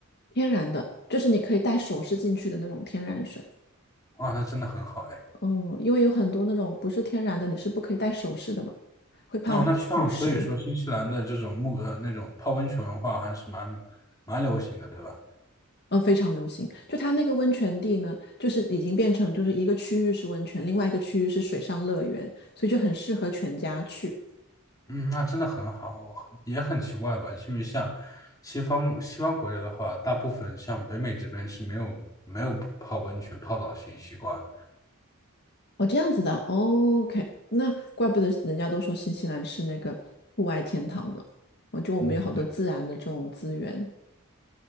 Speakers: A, on the left; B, on the left.
A: 天然的，就是你可以带首饰进去的那种天然水。
B: 哇，那真的很好哎。
A: 嗯，因为有很多那种不是天然的，你是不可以戴首饰的嘛，会怕腐蚀。
B: 那那像所以说新西兰的这种木呃那种泡温泉文化还是蛮蛮流行的，对吧？
A: 嗯，非常流行。就它那个温泉地呢，就是已经变成就是一个区域是温泉，另外一个区域是水上乐园，所以就很适合全家去。
B: 嗯，那真的很好，也很奇怪吧？因为像西方西方国家的话，大部分像北美这边是没有没有泡温泉泡澡习习惯
A: 哦，这样子的。哦 OK，那怪不得人家都说新西兰是那个户外天堂呢。我就我们有好多自然的这种资源。
B: 嗯。